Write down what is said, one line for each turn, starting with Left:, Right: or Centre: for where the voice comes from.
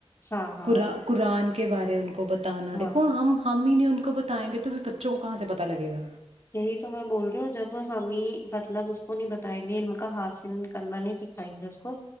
Left: ہاں ہاں
Right: قآ قرآن کے بارے ان کو بتا ا
Left: ہاں
Right: دیکھو ہم ہم می نہیں ان کو بتائ گے تو پھر بچوں کو کہاں سےتا پتا لگے گا
Left: یہی تو میں بول رہی ہوں جب ہمیں مطلب اس کو نہیں بتائیں گے علم کا حاصل کرنا نہیں سکھائیں گے اس کو